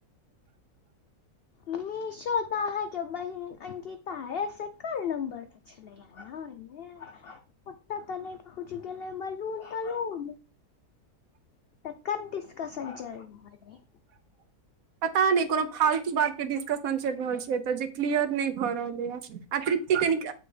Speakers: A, on the left; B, on the right.
A: मिशो त अहाँके बहिन अंकिता ए सेकड़ नम्बर छले। ओहिमे ओतऽत नहि पहुंच गेलय मलून तऽलून। तकर डिस्कसन चलि रहल अइ।
B: पता नहि कोनो फालतू बात के डिस्कशन चलि रहल छै एतऽ जे क्लियर नहि भऽ रहलैयऽ अछ। आ तृप्ति कनिक